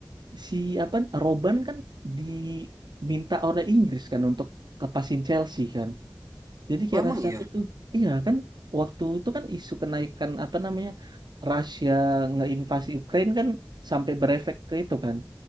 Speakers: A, on the right; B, on the right.
A: si apa Robben kan diminta oleh Inggris kan untuk kepasin Chelsea kan Jadi kayak
B: Oh emang
A: rasa
B: ya
A: aku tuh, iya kan waktu itu kan isu kenaikan apa namanya Rusia ngeinvasi Ukraina kan sampai berefek ke itu kan